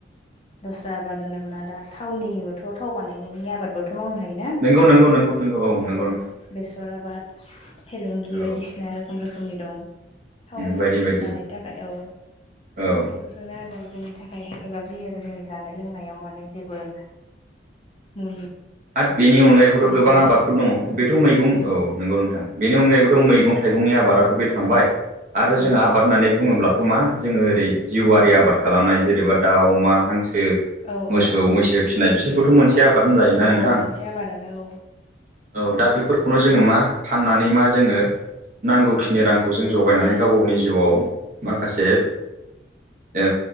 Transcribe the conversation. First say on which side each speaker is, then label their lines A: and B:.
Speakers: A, on the left (about 30°); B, on the right (about 45°).
A: दस्रा आबाद होनोब्ला दा थावनिबोथ' थाव बानायनायनि आबादबोथ' मावनो हायोना।
B: नंगौ नंगौ नंगौ नोंगौ औ नंगौ
A: औ
B: नोंथां
A: बेसर आबाद फेलेंगि
B: औ
A: बायदिसिना रोखोम रोखोमनि दं थावन
B: बायदि बायदि
A: बानायनो थाखाय औ।
B: औ
A: बेफोरनो आरो जोंनि थाखाय हेफाजाब होयो आरो जोंनि जानाय लोंनायाव माने जेबो मुलि
B: आथ बेनि अनगायैबोथ'
A: थुलि
B: गोबां
A: बाहायनो
B: आबादफोर दङ बेथ' मैगं औ नंगौ नोंथां बेनि अनगायैबोथ' मैगं थाइगंनि आबादाथ' बे थांबाय आरो
A: औ
B: जोंहा आबाद होननानै बुङोब्ला' थ' मा जोङो ओरै जिउआरारि आबाद खालामनाय जेनेबा दाउ अमा हांसो
A: औ
B: मोसौ
A: औ औ
B: मैसो फिसिनाय बिसोरबोथ' मोनसे आबाद होनजायोना
A: औ
B: नों थां
A: मोनसे आबादानो औ
B: औ दा बेफोरखौनो
A: औ
B: जोङो मा फाननानै मा जोङो नांगौखिनि रांखौ जों जगायनानै गाव गावनि जिउआव माखासे ओ